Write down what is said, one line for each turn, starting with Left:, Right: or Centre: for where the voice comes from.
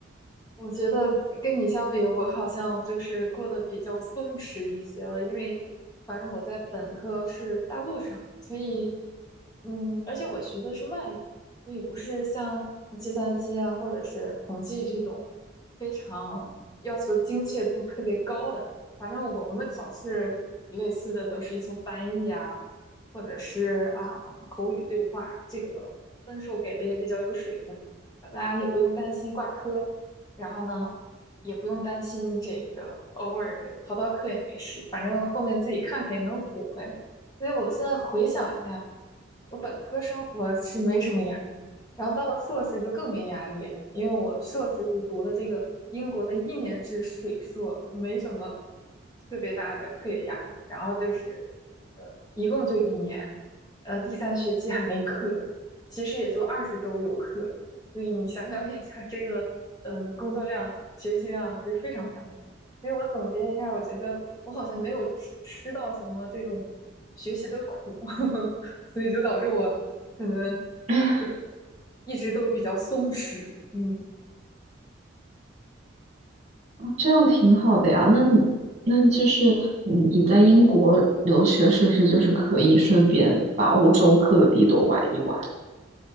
Left: 我觉得跟你相比，我好像就是过得比较松弛一些了，因为反正我在本科是大陆上，所以嗯，而且我学的是外语，所以不是像计算机啊或者是统计这种非常要求精确度特别高的。反正我们的考试类似的都是一些翻译啊，或者是啊口语对话，这个分数给的也比较有水分，大家也不用担心挂科。然后呢，也不用担心这个偶尔逃逃课也没事，反正后面自己看看也能补回来。所以我现在回想一下，我本科生活是没什么压力，然后到了硕士就更没压力了，因为我硕士是读的这个英国的一年制水硕，没什么特别大的课业压力。然后就是呃，一共就一年，呃，第三学期还没课，其实也就二十周有课。所以你想象一下，这个呃工作量、学习量其实非常非常小。所以我总结一下，我觉得我好像没有吃到什么这种学习的苦，<laughs> 所以就导致我可能
Right: <laughs>
Left: 这个一直都比较松弛。嗯
Right: 这样挺好的呀。那你那就是你你在英国留学，是不是就是可以顺便把欧洲各地都玩一玩？